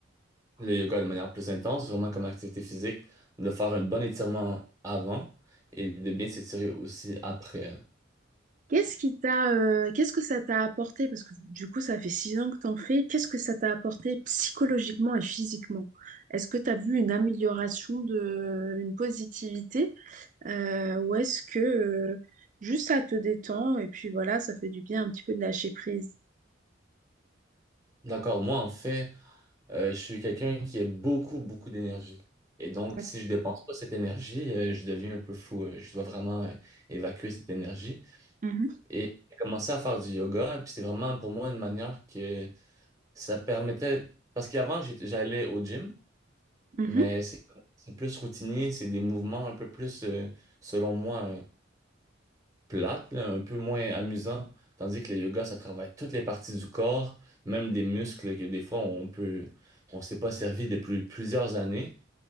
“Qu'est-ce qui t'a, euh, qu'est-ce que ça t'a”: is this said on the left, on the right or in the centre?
Right